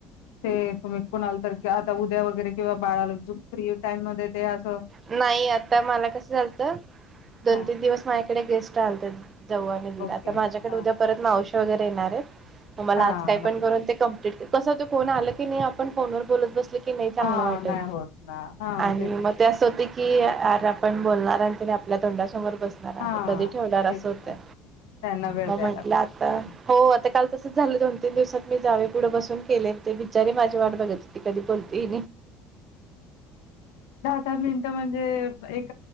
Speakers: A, on the left; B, on the right.
A: ते तुमी कूणाला तरी आता उद्या वगैरे किंवा बाळाला दूध फ्री टाईम मध्ये ते अस
B: नाही आता मला कसं झालत? दोन
A: हा
B: तीन दिवस माझ्याकडे गेस्ट आलेतेत. जाऊ आनी दिर
A: ओके
B: आता माझ्याकडे
A: हा
B: उद्या परत मावशी वगर येणार आहेत मग मला
A: हा
B: आज काय
A: मग
B: पण करून ते कंप्लिट कस होतय कोण आले की आपण फोन वर बोलत बसलो कि नाई चांगलं
A: हा
B: वाटतं
A: नाही होत ना हा
B: आणि
A: तेच ना
B: मग अस होतय की यार आपण बोलणार आणि तेनी आपल्या तोंडासमोर बसणार आम्ही
A: हा
B: कधी ठेवणार अस
A: तेच
B: होतय
A: त्यांना वेळ
B: मग
A: द्यायला
B: म्हंटलं
A: लागतो
B: आता हो आता काल तसच झालं दोन तीन दिवसात मी जावे पुढं बसून केले होते बिचारीे माझ वाट बघायाची ती कधी बोलते
A: मिनटं म्हणजे एक